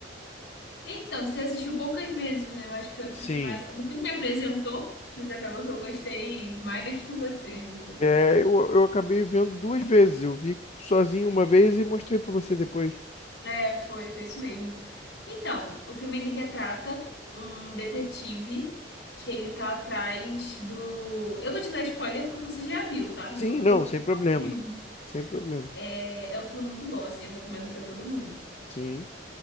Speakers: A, on the left (about 85°); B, on the left (about 40°).
A: Então, você assistiu poucas vezes, né? Eu acho que eu assisti
B: Sim.
A: mais. Você me apresentou, mas acabou que eu gostei mais do que você ainda.
B: É, eu, eu acabei vendo duas vezes. Eu vi sozinho uma vez e mostrei pra você depois.
A: É, foi, foi isso mesmo. Então, o filme ele retrata um detetive que ele tá atrás do. Eu vou te dar spoiler porque você já viu, tá? Então,
B: Sim,
A: eu
B: não,
A: vou contar
B: sem problema.
A: o filme.
B: Sem problema.
A: É, é um filme muito bom, assim, eu recomendo pra todo mundo.
B: Sim,